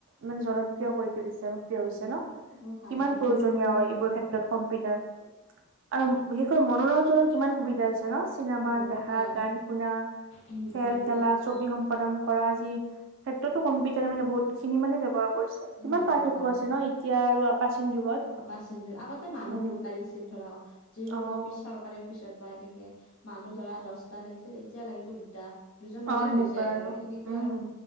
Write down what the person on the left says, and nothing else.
অ' ভাল
বহুত
জিনিস
ভালে,
হয়,
উম,
উম, বহুতখিনি
বহুত
ব্যৱহাৰ
পাৰ্চেন্টেজ আগতে মানুহ
বহুত লাগিছিল ধৰা হওক, যিকোনো
অফিচ চৰকাৰে পিছত বা এনেকে মানুহ ধৰা দচটা লাগিছিল, এতিয়া লাগিব দুটা। দুজন হ'লে
হৈ যায় আৰু। সেনেকুৱা
আৰু,